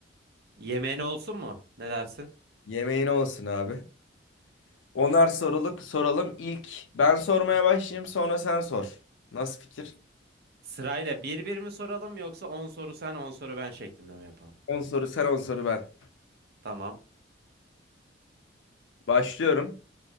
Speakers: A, on the right; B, on the left.
A: Yemeğin olsun mu? Ne dersin?
B: Yemeğine olsun abi. Onar soruluk soralım. İlk ben sormaya başlayayım, sonra sen sor. Nasıl fikir?
A: Sırayla bir bir mi soralım yoksa on soru sen 10 soru ben şeklinde mi yapalım?
B: on soru sen 10 soru ben.
A: Tamam.
B: Başlıyorum.